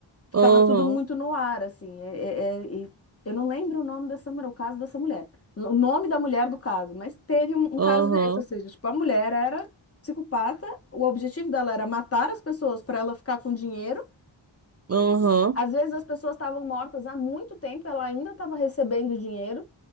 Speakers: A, on the left (about 30°); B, on the right (about 35°).
A: ficava
B: Aham,
A: tudo muito no ar, assim. É- é- é- e eu não lembro o nome dessa mulher, o caso dessa mulher. O nome da mulher do caso, mas teve um, um
B: aham,
A: caso desse, ou seja, tipo, a mulher era psicopata, o objetivo dela era matar as pessoas para ela ficar com dinheiro.
B: aham.
A: Às vezes as pessoas estavam mortas há muito tempo, ela ainda estava recebendo dinheiro,